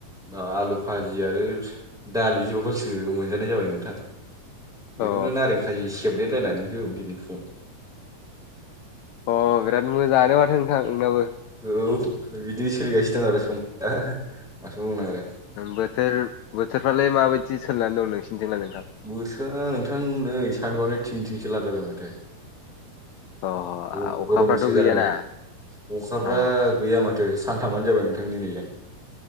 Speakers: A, in the centre; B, on the left.
A: ओ आलु भाजि आरो दालि जहलसो मोनजानाय जाबाय नोंथां। बेखौनो
B: अ
A: नारें खायि सेबदेरलायनानै होबाय दिनै फुुंङाव।
B: अ बिराद मोजाङानो माथो नोंथां नोंनाबो।
A: औ बिदिनो सोलिगासिनो दं आरो सम माथो बुंनो आरो।
B: ओं बोथोर बोथोरफ्रालाय माबायदि सोलिनानै दं नोंसोरथिंनालाय?
A: बोथोरा नोंथां नै सानदुंआनो थिं थिंसो लागायबाय माथो।
B: अ
A: बो
B: अखाफ्राथ'
A: गरमसो जागोन
B: गैयाना
A: अखाफ्रा
B: अ
A: गैया मा थो सानथामानो जाबाय नोंथां दिनैजों।